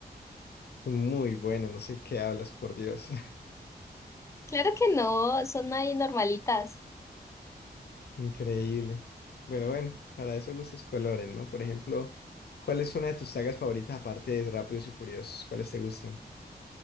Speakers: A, on the left (about 70°); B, on the left (about 15°).
A: Son muy buenos, no sé qué hablas, por Dios.
B: Claro que no, son ahí normalitas.
A: <laughs> Increíble. Bueno, bueno, para eso gustos colores, ¿no? Por ejemplo, ¿cuál es una de tus sagas favoritas aparte de Rápidos y Furiosos? ¿Cuáles te gustan?